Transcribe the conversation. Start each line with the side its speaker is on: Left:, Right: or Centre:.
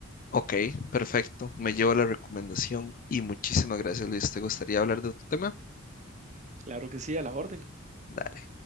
Left: Ok, perfecto. Me llevo la recomendación y muchísimas gracias, Luis. ¿Te gustaría hablar de tu tema?
Right: Claro que sí, a la orden.
Left: Dale.